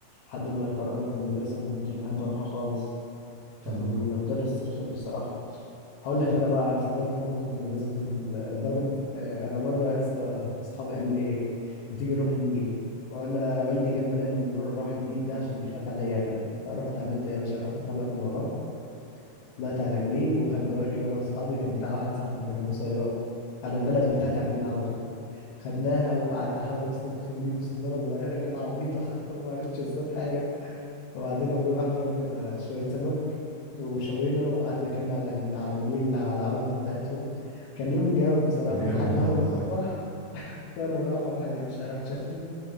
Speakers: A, on the left; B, on the right.
A: لحد ما كرهني في المدرسه ما كنتش بحب اروحها خالص كان
B: اه
A: مدرس رخم بصراحه هقول لك انا بقى أنا افتكرت موقف بمناسبه الضرب آه، انا مره يا اسطى اصحابي قالوا لي ايه ما تيجي نروح النيل وانا والدي كان مناني من ورا راح النيل ده عشان بيخاف عليا اغرق فرحت عملت إيه يا باشا رحت طالع من وراه طلعت على
B: ايوه
A: النيل وخدنا مركب انا واصحابي كان بتاع واحد صاحبي كان ابو صياد انا البلد بتاعتي على النيل على طول خدناها وقعدت احاول اصطاد في النيل بسناره صغيره كده عبيطه <laughs> وما عرفتش اصطاد حاجه وبعدين ابوه راح جاب لنا شويه سمك وشوينا وقعدنا كنا على الن- على النيل على الارض بتاعتهم كان يوم جامد بصراحه
B: جامد
A: لحد
B: ده
A: وانا
B: والله
A: مروح وانا مروح واحد يا باشا راح شافني